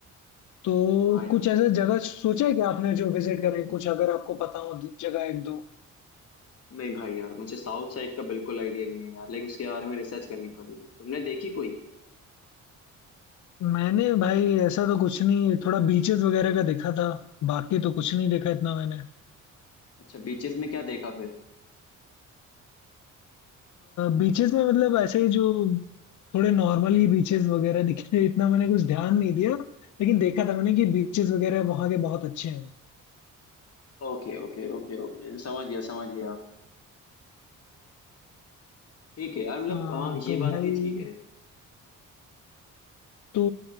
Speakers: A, on the left (about 70°); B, on the left (about 50°).
A: तो
B: हाँ यार
A: कुछ ऐसा जगह सोचा है कि आपने जो विजिट करें कुछ अगर आपको पता हो जगह एक दो
B: नहीं भाई यार मुझे साउथ साइड का बिल्कुल आइडिया नहीं है यार लाइक उसके बारे में रिसर्च करनी पड़ेगी तुमने देखी कोई
A: मैंने भाई ऐसा तो कुछ नहीं थोड़ा बीचेस वगैरह का देखा था बाकी तो कुछ नहीं देखा इतना मैंने
B: अच्छा बीचेस में क्या देखा फिर
A: बीचेस में मतलब ऐसे ही जो थोड़े नॉर्मल ही बीचेस वगैरह दिखे थे, इतना मैंने कुछ ध्यान नहीं दिया लेकिन देखा था मैंने कि बीचेस वगैरह वहाँ के बहुत अच्छे हैं
B: ओके ओके ओके ओके समझ गया समझ गया ठीक है यार मतलब
A: अ,
B: हाँ
A: तो
B: ये बात
A: भाई
B: भी ठीक है
A: तो